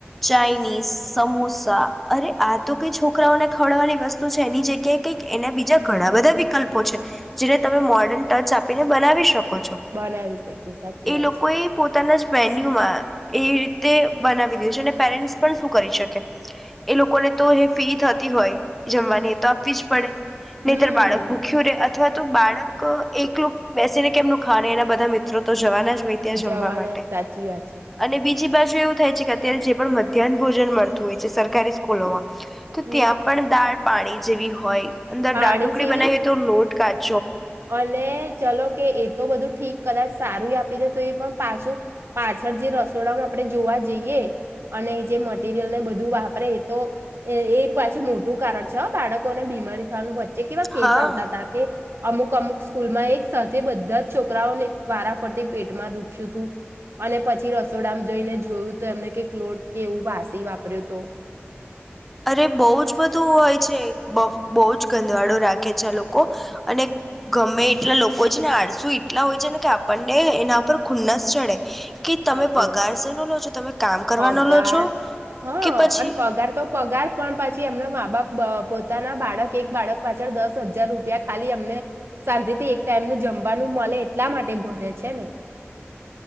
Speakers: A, in the centre; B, on the right (about 70°).
A: ચાાઈનીઝ સમોસા અરે આ તો કઈ છોકરાઓને ખવડવાની વસ્તુ છે એની જગ્યાએ કઈક એના બીજા ઘણા બધા વિકલ્પો છે જેને તમે મોર્ડર્ન ટચ આપીને બનાવી શકો
B: બનાવી શકીએ સાચી
A: એ
B: વાત
A: લોકો
B: છે
A: એ પોતાના જ મેન્યુ એ રીતે બનાવી દે છે અને પેરેન્ટ્ પણ શું કરી શકે એ લોકોને તો એ ફી થતી હોય જમવાની એ તો આપવી જ પડે નીતર
B: હમ
A: બાળક ભૂખ્યું ર અથવા તો બાળક એકલો બેસીને કેમનું ખાણે એના બધા મિત્રો તો જવાના જ હોય ત્યાં જમવા
B: જવાના
A: માટે
B: સાચી વાત છે
A: અને બીજી બાજુ એવું થાય છે કે અત્યારે જે પણ મધ્યાહન ભોજન મળતું હોય છે સરકારી સ્કૂલોમાં તો
B: હમ
A: ત્યાં પણ દાળ પાણી જેવી હોય અંદર
B: પાણી
A: ડાઢકડી
B: જેવી
A: બનાવીય તો લોટ કાચ
B: અને ચલો કે એ તો બધું ઠીક કદાચ સારું આપી દે તો એ પણ પાછું પાછળ જે રસોડા આપણે જોવા જઈએ અને જે મટીરિયલ ને બધું વાપરે એ તો એ પાછું મોટું કારણ છે હ બાળકોને બીમારી થવાનું જે કેવા કેસ
A: હા
B: આવતા હતા કે અમુક અમુક સ્કૂલમાં એક સાથે બધા જ છોકરાઓને વારા ફરતી પેટમાં દુખ્યું હતું અને પછી રસોડામ જઈને જોયું તો એમને કે ક્લોટ કે એવું વાસી વાપર્યો હતો
A: અરે બહુ જ બધું હોય છે બ બહુ જ ગંદવાળો રાખે છે આ લોકો અને ગમે એટલા લોકો છે ને આળસુ એટલા હોય છે ને કે આપણને એના પર ખુન્નસ ચડે કે તમે
B: સાચી
A: પગાર
B: વાત છે
A: સનો લો છો તમે કામ કરવાનો
B: પગાર
A: લો છો
B: હા
A: કે પછી
B: અને પગાર તો પગાર પણ પછી એમના મા બાપ પોતાના બાળક એક બાળક પાછળ દસ હજાર રૂપિયા ખાલી અમને શાંતિથી એક ટાઈમનું જમવાનું મળે એટલા માટે ભરે છે ને